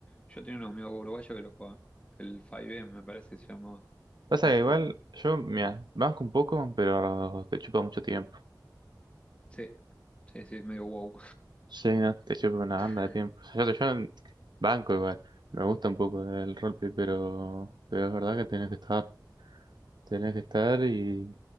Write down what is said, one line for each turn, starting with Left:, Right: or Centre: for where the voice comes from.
Left: Yo tenía unos amigos uruguayos que lo jugaban. El 5M me parece que se llamaba
Right: Pasa
Left: en
Right: que
Left: Steam.
Right: igual, yo, mira, banco un poco, pero te chupa mucho tiempo.
Left: Sí, sí, sí, es medio wow.
Right: Sí, no, te chupa una
Left: <laughs>
Right: banda de tiempo. O sea, yo, yo banco igual. Me gusta un poco el roleplay, pero, pero es verdad que tenés que estar. Tenés que estar y